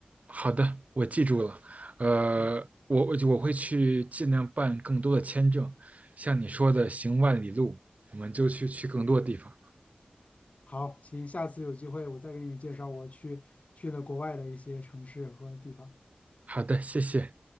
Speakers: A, on the right; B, on the left.
A: 好的，我记住了。呃，
B: 对，
A: 我我我会去尽量办更多的签证，像你说的行万里路，我们就去去更多的地方。
B: 好，行，下次有机会我再给你介绍我去去的国外的一些城市和地方。
A: 好的，谢谢。